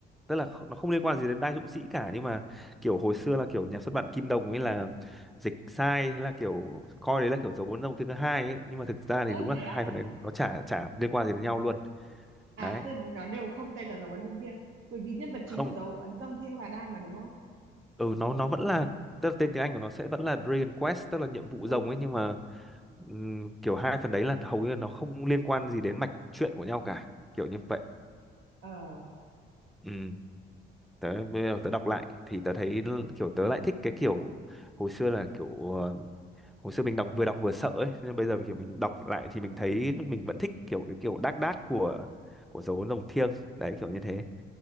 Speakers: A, in the centre; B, on the right (about 85°).
A: tức là kh- nó không liên quan gì đến Đái Dũng Sĩ cả nhưng mà kiểu hồi xưa là kiểu nhà xuất bản Kim Đồng ấy là dịch sai thế là kiểu coi đấy là kiểu dấu ấn dòng thứ hai ấy nhưng mà thực ra
B: Ơ
A: thì đúng là
B: thế
A: hai
B: á?
A: phần đấy nó chả chả liên quan gì đến nhau luôn
B: à
A: đấy
B: từ nó đều không tên là dấu ấn rồng thiêng bởi vì nhân vật chính
A: không
B: của dấu ấn rồng thiêng là Đai mà đúng không
A: ừ nó nó vẫn là tức là tên tiếng Anh của nó sẽ vẫn là Dragon Quest tức là nhiệm vụ
B: ừ
A: rồng ấy nhưng mà ừm, kiểu hai phần đấy là hầu như là nó không liên quan gì đến mạch truyện của nhau cả kiểu như vậy
B: ờ
A: ừ. tớ bây giờ tớ đọc lại thì tớ thấy l- kiểu tớ lại thích cái kiểu hồi xưa là kiểu ờ, hồi xưa mình đọc vừa đọc vừa sợ ấy nhưng bây giờ kiểu mình đọc lại thì mình thấy mình vẫn thích kiểu cái kiểu đác đác của của dấu rồng thiêng đấy kiểu như thế